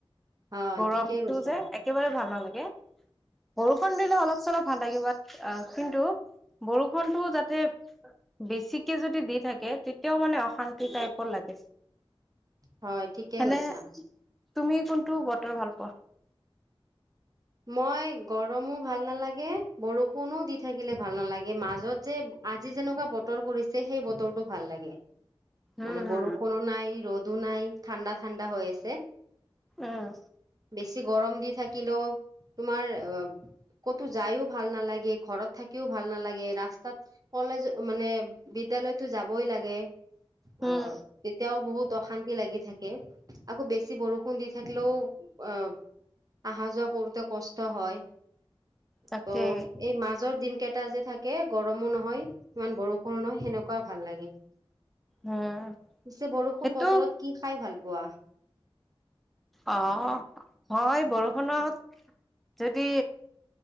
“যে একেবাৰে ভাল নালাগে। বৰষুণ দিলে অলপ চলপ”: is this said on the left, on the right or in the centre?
Centre